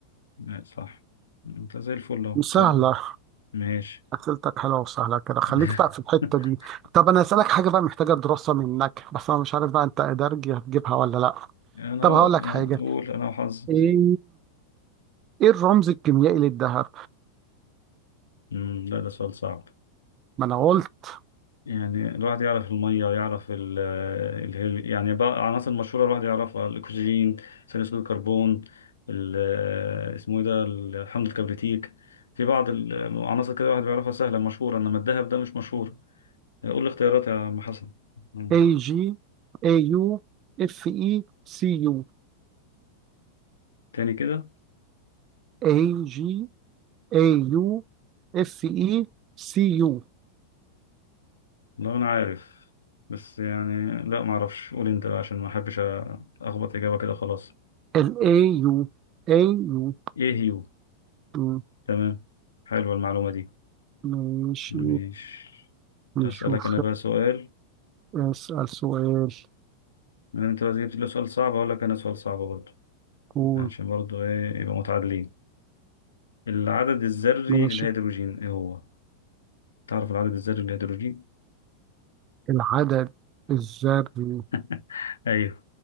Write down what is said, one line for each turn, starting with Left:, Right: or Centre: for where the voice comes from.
Left: لا، صح انت زي الفل اهو
Right: مسهلة
Left: تمام ماشي
Right: أسئلتك حلوة وسهلة كده خليك
Left: <laughs>
Right: بقى في الحتة دي طب أنا أسألك حاجة بقى محتاجة دراسة منك بس أنا مش عارف بقى أنت إدارجي هتجيبها ولا لأ
Left: انا
Right: طب
Left: هو
Right: هقول
Left: أنا
Right: لك حاجة
Left: اقول انا وحظي
Right: إيه إيه الرمز الكيميائي للذهب؟
Left: أمم، لا ده سؤال صعب
Right: ما أنا قلت
Left: يعني الواحد يعرف المية يعرف ال ال يعني بقى عناصر مشهورة الواحد يعرفها الأكسجين ثاني أكسيد الكربون ال- اسمه إيه ده الحمض الكبريتيك في بعض العناصر كده الواحد بيعرفها سهلة مشهورة إنما الذهب ده مش مشهور قول لي اختيارات يا عم حسن مم.
Right: اي جي اي يو اف اي سي يو
Left: تاني كده
Right: اي جي اي يو اف اي سي يو
Left: والله انا عارف بس يعني لا ما اعرفش قول انت بقى عشان ما احبش اخبط اجابه كده خلاص
Right: الاي يو اي يو
Left: ايه هيو
Right: مم.
Left: تمام حلوه المعلومه دي
Right: ماشي
Left: مش
Right: نشوف
Left: اسالك انا بقى سؤال
Right: اسأل سؤال
Left: من انت بقى جبت لي سؤال صعب اقول لك انا سؤال صعب برضه
Right: قول
Left: عشان برضه ايه يبقى متعادلين العدد الذري
Right: ماشي
Left: للهيدروجين ايه هو تعرف العدد الذري للهيدروجين
Right: العدد الذري
Left: <laughs> ايوه